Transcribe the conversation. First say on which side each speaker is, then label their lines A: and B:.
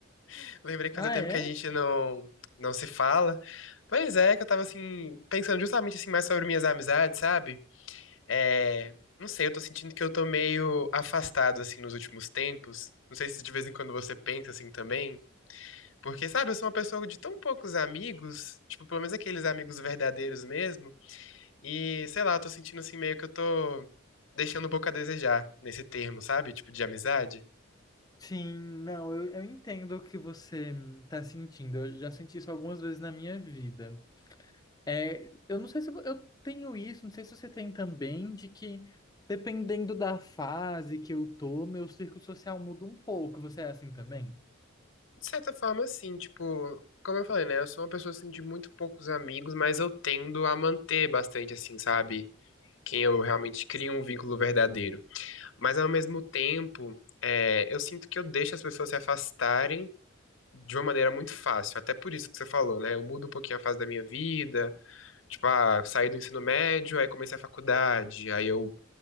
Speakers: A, on the left; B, on the left.
A: <laughs> Lembrei que
B: Ah,
A: fazia tempo
B: é?
A: que a gente não não se fala. Pois é, que eu tava assim pensando justamente assim mais sobre minhas amizades, sabe? É, não sei, eu tô sentindo que eu tô meio afastado assim nos últimos tempos. Não sei se de vez em quando você pensa assim também. Porque, sabe, eu sou uma pessoa de tão poucos amigos, tipo, pelo menos aqueles amigos verdadeiros mesmo. E, sei lá, eu tô sentindo assim meio que eu tô deixando um pouco a desejar nesse termo, sabe? Tipo, de amizade.
B: Sim, não, eu, eu entendo o que você hum, tá sentindo. Eu já senti isso algumas vezes na minha vida. É, eu não sei se eu eu tenho isso, não sei se você tem também, de que dependendo da fase que eu tô, meu círculo social muda um pouco. Você é assim também?
A: De certa forma, sim, tipo, como eu falei, né? Eu sou uma pessoa assim de muito poucos amigos, mas eu tendo a manter bastante, assim, sabe? Quem eu realmente crio um vínculo verdadeiro. Mas ao mesmo tempo, é, eu sinto que eu deixo as pessoas se afastarem de uma maneira muito fácil. Até por isso que você falou, né? Eu mudo um pouquinho a fase da minha vida. Tipo, ah, saí do ensino médio, aí comecei a faculdade, aí eu